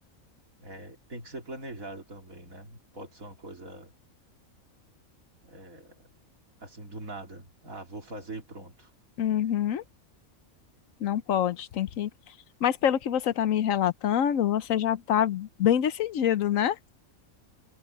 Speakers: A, on the right (about 75°); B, on the left (about 70°).
A: É, tem que ser planejado também, né? Pode ser uma coisa é, assim do nada. Ah, vou fazer e pronto.
B: Uhum, não pode, tem que. Mas pelo que você está me relatando, você já está bem decidido, né?